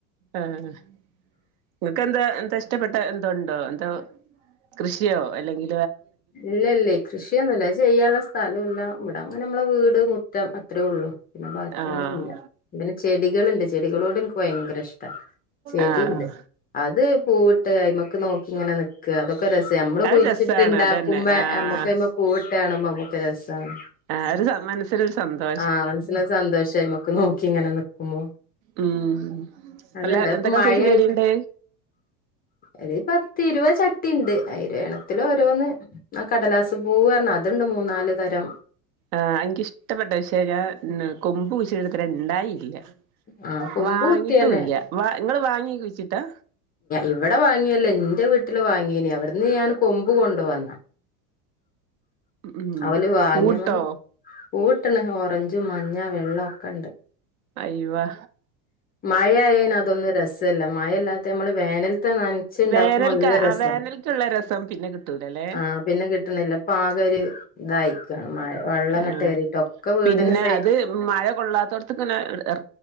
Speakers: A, on the right; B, on the left.
A: ആഹ് നിങ്ങക്കെന്താ എന്താ ഇഷ്ടപ്പെട്ട എന്തോണ്ടോ എന്തോ കൃഷിയോ അല്ലെങ്കി
B: ഇല്ലില്ലേ കൃഷിയൊന്നുല്ല ചെയ്യാള്ള സ്ഥല ഇല്ല ഇവിട അങ്ങനെ നമ്മളെ വീട് മുറ്റം അത്രേ ഒള്ളൂ പിന്നെ ബാക്കിയൊന്നുല്ല
A: ആഹ്
B: പിന്നെ ചെടികള്ണ്ട് ചെടികളോട് എനിക്ക് ഭയങ്കര ഇഷ്ടാ ചെടീണ്ട്
A: ആഹ്
B: അത് പൂവിട്ട് അയിമ്മക്ക് നോക്കി ഇങ്ങനെ നിക്കാ അതൊക്കെ രസാ നമ്മള്
A: അത്
B: കുഴിച്ചി
A: രസാണ്
B: ഇണ്ടാക്കുംമ്പ
A: അതന്നെ ആഹ്
B: നമ്മുക്ക് അയിമേൽ പൂവിട്ട് കാണുമ്പോ നമ്മുക്ക് രസാണ്
A: ആഹ് ഒരു സമാ മനസ്സ് നൊരു സന്തോ
B: ആഹ് മനസ്സിലായി അത് സന്തോഷയ്ക്ക് നോക്കി ഇങ്ങനെ നിക്കുമ്പോ
A: ഉം
B: അതിണ്ട്
A: അല്ല
B: ഇപ്പൊ
A: എന്തൊക്കെ
B: മഴയായിട്ട്
A: സൈസ് ചെടിയുണ്ട്
B: ഒരു പത്തിരുപത് ചട്ടീണ്ട് അയില് ഒരെണ്ണത്തില് ഓരോന്ന് ആഹ് കടലാസ് പൂവർന്ന അതിണ്ട് മൂന്നാല് തരം
A: ആഹ് എനിക്കിഷ്ടപ്പെട്ട പക്ഷേ ഞാൻ കൊമ്പ് കുരിച്ചിട്ട് ഇപ്പൊരണ്ടായില്ല
B: ആ കൊമ്പ്
A: വാങ്ങീട്ടുല്ല
B: കുത്തിയന്നെ
A: വ നിങ്ങള് വാങ്ങി കുഴിച്ചിട്ടാ
B: ഇവിടെ വാങ്ങിയല്ലോ എന്റെ വീട്ടില് വാങ്ങീനി അവിടുന്ന് ഞാൻ കൊമ്പ് കൊണ്ടുവന്നാ
A: ഉം
B: അവല് വാങ്ങിയന്ന്
A: പൂട്ടോ
B: പൂവിട്ടണ് ഓറഞ്ചും മഞ്ഞാ വെള്ള ഒക്കെണ്ട്
A: ഐവാ
B: മഴയായേന് അതൊന്നും രസില്ല മഴയില്ലാത്ത നമ്മള് വേനൽ ത്ത നനച്ചുണ്ടാക്കുമ്പോ
A: വേനൽക്ക
B: നല്ല രസാ
A: ആഹ് വേനൽക്കുള്ള രസം പിന്നെ കിട്ടൂലല്ലേ
B: ആഹ് പിന്നെ കിട്ടണില്ല ഇപ്പ ആകൊരു ഇതായിരിക്കാണ് മഴ വെള്ളം ഇങ്ങട്ട്
A: ആഹ്
B: കേറിട്ടൊക്കെ വീടിന്
A: പിന്നെ
B: സൈ
A: അത് മഴ കൊള്ളാത്തോട്ത്തിങ്ങനെ എർ